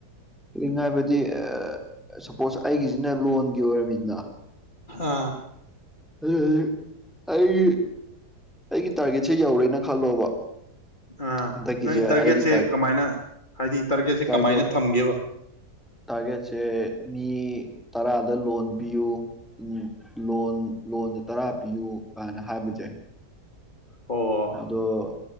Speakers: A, in the centre; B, on the left.
A: ꯂꯤꯡ ꯍꯥꯏꯕꯗꯤ ꯑꯥ ꯁꯄꯣꯁ ꯑꯩꯒꯤꯁꯤꯅ ꯂꯣꯟꯒꯤ ꯑꯣꯏꯔꯝꯃꯤꯗꯅ
B: ꯑꯥ
A: <unintelligible> ꯑꯩꯒꯤ ꯑꯩꯒꯤ ꯇꯥꯔꯒꯦꯠꯁꯦ ꯌꯧꯔꯦꯅ ꯈꯜꯂꯣꯕ
B: ꯑꯥ
A: ꯍꯟꯗꯛꯀꯤꯁꯦ
B: ꯅꫭꯏ ꯇꯥꯔꯒꯦꯠꯁꯦ
A: ꯑꯩꯒꯤ
B: ꯀꯃꯥꯏꯅ ꯍꯥꯏꯗꯤ ꯇꯥꯔꯒꯦꯠꯁꯦ
A: ꯇꯥꯔꯒꯦꯠ
B: ꯀꯃꯥꯏꯅ ꯊꯝꯒꯦꯕ
A: ꯇꯥꯔꯒꯦꯠꯁꯦ ꯃꯤ ꯇꯔꯥꯗ ꯂꯣꯟ ꯄꯤꯌꯨ ꯎꯝ ꯂꯣꯟ ꯂꯣꯟꯁꯦ ꯇꯔꯥ ꯄꯤꯌꯨ ꯀꯥꯏꯅ ꯍꯥꯏꯕꯖꯦ
B: ꯑꯣ
A: ꯑꯗꯣ